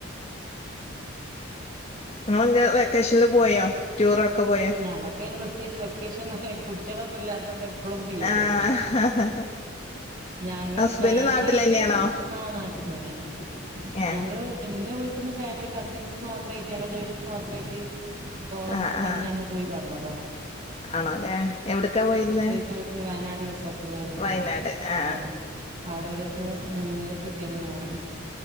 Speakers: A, on the left; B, on the right.
A: ങ്ക വെക്കേഷനിൽ പോയോ ടൂറൊക്കെ പോയോ
B: ഞമ്മക്കതിന് പ്രത്യേകിച്ച് വെക്കേഷൻ കുട്ടികളൊന്നുംല്ലാത്ത കൊണ്ട് എപ്പഴും ഫ്രീയല്ലേ
A: ആഹ്
B: ഞങ്ങള്
A: ഹസ്ബൻഡ്
B: ഫാമിലി
A: നാട്ടിൽ
B: ആയിട്ട്
A: തന്നെയാണോ
B: ആ നാട്ടിൽ തന്നെ
A: ഏ
B: ഞങ്ങള് എന്റെ വീട്ട വീട്ടുന്ന ഫാമിലി കസിൻസ് മാത്രമായിട്ട് ഞങ്ങൾ ലേഡീസ് മാത്രമായിട്ട് ഇപ്പം
A: ആഹ്
B: കന്യാന്ന്
A: ആഹ്
B: തനതാ
A: ആണോല്ലേ എവിടക്കാ പോയിന്ന്
B: റിസോർട്ടില് വയനാട് റിസോർട്ടില് പോയത്
A: വയനാട് ആ
B: ആഹ് അവിടെ ഒരുസം നിന്ന് പിറ്റേന്ന് ഇങ്ങു പോന്നു